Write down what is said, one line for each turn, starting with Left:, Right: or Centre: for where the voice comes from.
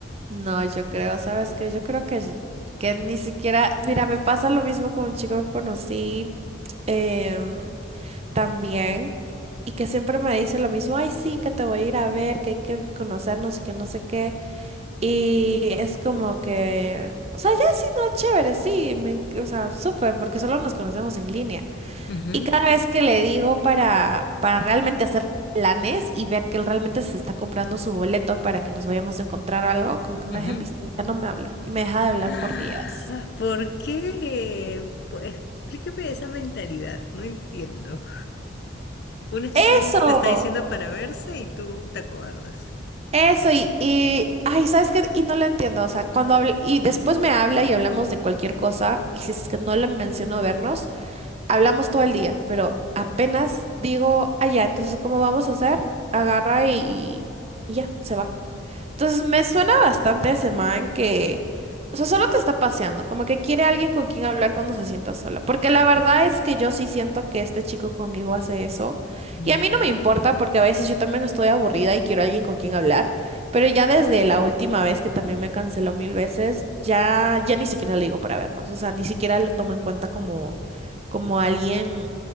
Right: No, yo creo, ¿sabes qué? Yo creo que, que ni siquiera, mira, me pasa lo mismo con un chico que conocí em, también y que siempre me dice lo mismo, ay, sí, que te voy a ir a ver, que hay que conocernos y que no sé qué. Y es como que, o sea, ya sí, no, chévere, sí, me, enc- o sea, súper, porque solo nos conocemos en línea.
Left: Ujú,
Right: Y cada vez que le digo para, para realmente hacer planes y ver que él realmente se está comprando su boleto para que nos vayamos a encontrar o algo, como que
Left: ujú.
Right: me deja en visto, ya no me habla y me deja de hablar
Left: Ah,
Right: por días.
Left: ¿Por qué? Pues, explícame esa mentalidad, no entiendo. Una chica
Right: Eso,
Left: linda te está diciendo para verse y tú te acobardas.
Right: eso y, y ay, ¿sabes qué? Y no lo entiendo, o sea, cuando hablo, y después me habla y hablamos de cualquier cosa y si es que no le menciono vernos, hablamos todo el día, pero apenas digo, allá, entonces, ¿cómo vamos a hacer? Agarra y, y y ya, se va. Entonces me suena bastante a ese man que, o sea, solo te está paseando, como que quiere alguien con quien hablar cuando se sienta sola. Porque la verdad es que yo sí siento que este chico conmigo hace eso.
Left: Mm,
Right: Y a mí no me importa porque a veces yo también estoy aburrida y quiero alguien con quien hablar. Pero ya desde la última vez que también me canceló mil veces, ya, ya ni siquiera le digo para vernos. O sea, ni siquiera lo tomo en cuenta como, como alguien